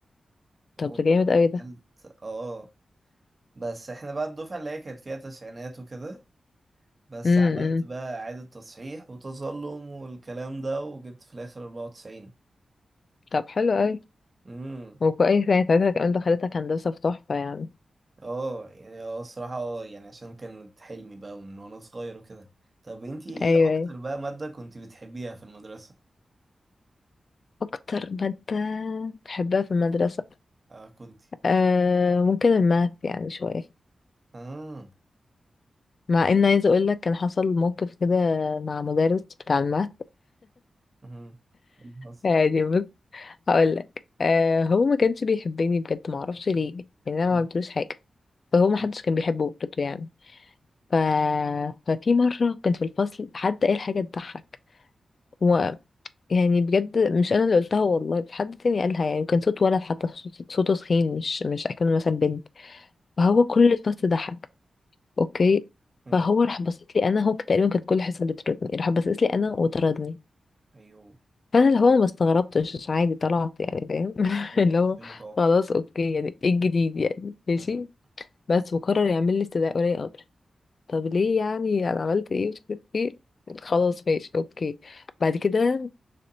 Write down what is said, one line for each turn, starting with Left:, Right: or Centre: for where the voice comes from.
Right: وعملت
Left: طب ده جامد اوي ده
Right: اه بس احنا بقى الدفعة اللي هي كانت فيها تسعينات وكده بس
Left: امم
Right: عملت بقى اعادة تصحيح وتظلم والكلام ده وجبت في الاخر 94
Left: طب حلو اوي
Right: امم
Left: وكويس يعني ساعتها كمان دخلتك هندسة في تحفة يعني
Right: اه يعني اه الصراحة اه يعني عشان كانت حلمي بقى من وانا صغير وكده طب انتي ايه
Left: ايوه
Right: اكتر
Left: ايوه
Right: بقى مادة كنتي بتحبيها في المدرسة
Left: اكتر مادة بحبها في المدرسة
Right: اه كنتي
Left: آه ممكن الماث يعني شوية
Right: اه
Left: مع ان عايزه اقول لك كان حصل موقف كده مع مدرس بتاع الماث
Right: امم اللي حصل
Left: يعني بص هقول لك آه هو ما كانش بيحبني بجد ما اعرفش ليه يعني انا ما
Right: مم.
Left: عملتلوش حاجه فهو ما
Right: مم.
Left: حدش كان بيحبه برضه يعني ف... ففي مره كنت في الفصل حد قال حاجه تضحك و... يعني بجد مش انا اللي قلتها والله في حد تاني قالها يعني كان صوت ولد حتى صوت- صوته تخين مش مش اكنه مثلا بنت فهو كل الفصل ضحك اوكي
Right: مم.
Left: فهو راح بصيت لي انا هو تقريبا كانت كل حصه بتردني راح بصيت لي انا وطردني
Right: ايوه
Left: فانا اللي هو ما استغربتش عادي طلعت يعني فاهم <laughs>
Right: امم
Left: اللي هو
Right: شيء متوقع
Left: خلاص اوكي يعني ايه الجديد يعني ماشي
Right: امم
Left: بس وقرر يعمل لي استدعاء ولي امر طب ليه يعني انا عملت ايه مش عارف ايه خلاص ماشي اوكي بعد كده